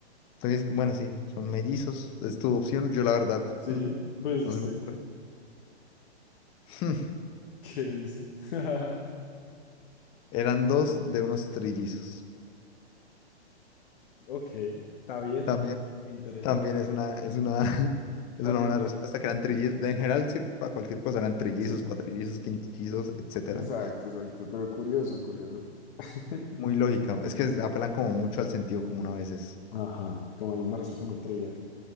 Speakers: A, on the left; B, on the left.
A: Entonces, bueno, sí, son mellizos. Es tu opción. Yo, la verdad,
B: Sí,
A: mm,
B: pues es
A: no se
B: que,
A: me ocurre. <laughs>
B: ¿qué dice? <laughs>
A: Eran dos de unos trillizos.
B: Ok, está bien,
A: También,
B: interesante.
A: también es una, es una, <laughs> es
B: También,
A: una buena respuesta que eran trillizos. En general, sirve para cualquier cosa. Eran trillizos,
B: sí,
A: cuatrillizos, quintillizos, etcétera.
B: exacto, exacto, pero curioso, curioso. <laughs>
A: Muy lógica. Es que apelan como mucho al sentido común a veces.
B: Ajá, como una respuesta muy trivial.